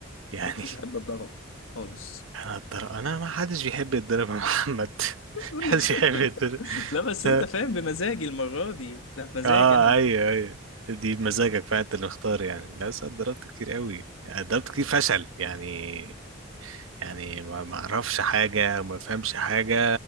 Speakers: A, on the right (about 70°); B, on the left (about 70°).
A: يعني
B: كنتش احب اتضرب خالص
A: انا اتضرب انا ما حدش بيحب يتضرب يا محمد <laughs>
B: بقول
A: محدش
B: لك <laughs>
A: يحب يتضرب
B: لا بس
A: ف...
B: انت فاهم بمزاجي المره دي ده بمزاجي
A: اه
B: انا
A: ايوه ايوه دي بمزاجك فانت اللي مختار يعني لا بس أنا اتضربت كتير قوي اتضربت كتير فشل يعني يعني ما ما اعرفش حاجه وما فهمش حاجه